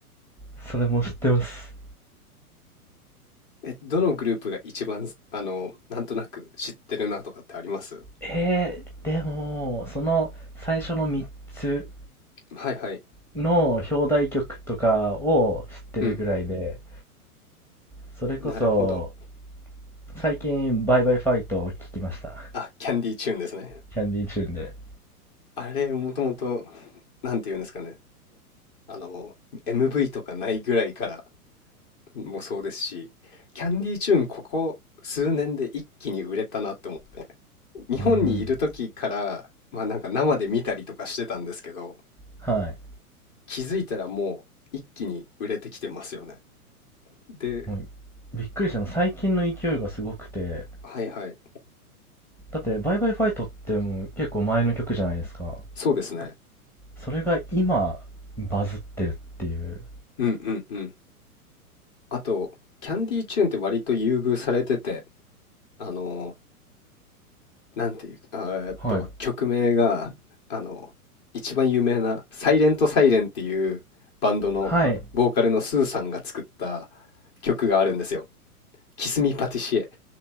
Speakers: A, in the centre; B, on the left.
A: それも知ってます。
B: え、どのグループが一番、あの、なんとなく知ってるなとかってあります
A: えー、でも、その最初の3つ
B: はいはい。
A: の表題曲とかを知ってるぐらいで、
B: うん。
A: それこそ、
B: なるほど。
A: 最近、バイバイファイトを聞きました。
B: あ、キャンディーチューンですね。
A: キャンディーチューンで。
B: あれ、もともと、なんていうんですかね。あの、MV とかないぐらいからもそうですし、キャンディーチューン、ここ数年で一気に売れたなって思って、日本にいる時から、
A: うん。
B: まあなんか生で見たりとかしてたんですけど、
A: はい。
B: 気づいたらもう一気に売れてきてますよね。で、
A: もうびっくりしたの最近の勢いがすごくて
B: はいはい。
A: だって「バイバイファイト」ってもう結構前の曲じゃないですか
B: そうですね。
A: それが今バズってるっていう
B: うんうんうん。あと、キャンディーチューンって割と優遇されてて、あの、なんていう、あーえっと、
A: はい
B: 曲名が、あの、一番有名な、サイレントサイレンっていうバンドのボーカルのスーさんが作った
A: はい
B: 曲があるんですよ。キスミパティシエ。